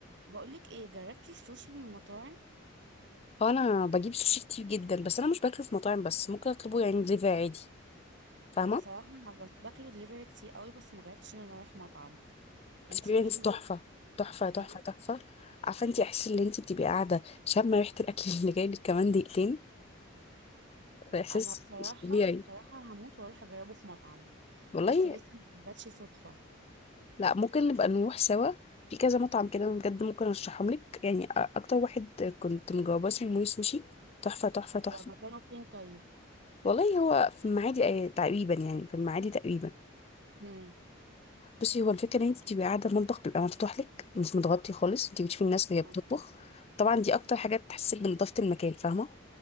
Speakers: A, on the right; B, on the left.
A: بقولك ايه جربتي السوشي من المطاعم
B: هو انا بجيب سوشي كتير جدا بس انا مش باكله في مطاعم بس ممكن اطلبه يعني دليفري عادي فاهمه
A: هو بصراحة انا بت- باكله دليفري كتير قوي بس ما جربتش ان انا اروح مطعم انتي
B: اكسبيرينس
A: روحتي مطعم
B: تحفه تحفه تحفه
A: ايه
B: تحفه عارفه انت احس ان انت بتبقي قاعده شامه ريحه الاكل <laughs> اللي جاي لك كمان دقيقتين ده احساس
A: انا بصراحة
B: مش طبيعي
A: بصراحة هموت واروح اجربه في مطعم
B: والله
A: بس لسه ما جاتش صدفة
B: لا ممكن نبقى نروح سوا في كذا مطعم كده أنا بجد ممكن ارشحهم لك يعني أ- اكتر واحد كنت مجرباه اسمه موي سوشي تحفه تحفه تحفه
A: هو مكانه فين طيب
B: والله هو في المعادي آه، تقريبا يعني في المعادي تقريبا
A: امم
B: بصي هو الفكره ان انت بتبقي قاعده المطبخ بيبقى مفتوح لك مش متغطي خالص انت بتشوفي الناس وهي
A: تمام
B: بتطبخ طبعا دي اكتر حاجه بتحسسك بنضافه المكان فاهمه